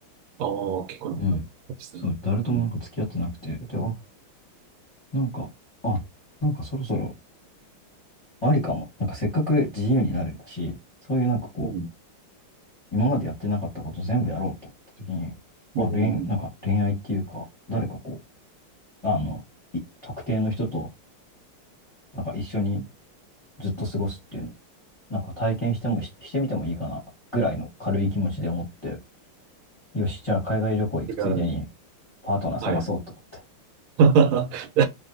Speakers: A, on the right; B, on the left.
A: ああ、結構な感じですね。
B: うん。そう、誰ともなんか付き合ってなくて。
A: うん、
B: で、あ、なんか、あ、なんかそろそろ、ありかも。なんかせっかく自由になるんだし、そういうなんかこ
A: うん、
B: う、今までやってなかったこと全部やろうと思った時に、あ、
A: うん。
B: 恋、なんか恋愛っていうか、誰かこう、あの、い特定の人と、なんか一緒にずっと過ごすっていうのなんか体験してもし、してみてもいいかなぐらいの軽い気持ちで思って、よし、じゃあ海外旅行行くついでに
A: 違う。
B: パートナー探そうと思って。
A: はい。<laughs>